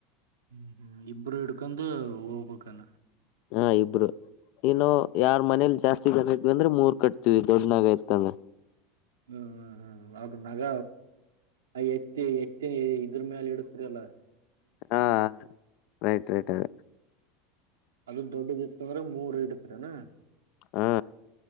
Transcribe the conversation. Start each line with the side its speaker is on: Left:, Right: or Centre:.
Right: ಹ್ಮ್ ಹ್ಮ್ ಇಬ್ರು ಇಡ್ಕೊಂಡು ಹೋಗ್ಬೇಕಾನ
Left: ಹಾ ಇಬ್ರು ಇನು ಯಾರ್ ಮನೇಲಿ ಜಾಸ್ತಿ ಜ ಬಂದ್ರೆ ಮೂರ್ ಕಟ್ತವಿ ದೊಡ್ಡನಾಗಾಯತ ಅಂದ್ರೆ
Right: ಹ್ಮ್ ಹ್ಮ್ ಹ್ಮ್ ಅ ನಗ ಆ ಎತ್ತಿ ಎತ್ತಿನ ಇದ್ರ ಮೇಾಲ ಇಡತರಲ್ಲ
Left: ಹಾ ರೈಟ್ ರೈಟ್ ಅದ
Right: ಅದು ದೊಡ್ಡದತ್ತ ಅಂದ್ರೆ ಮೂರ್ ಇಡ್ತೀರನಾ
Left: ಹಾ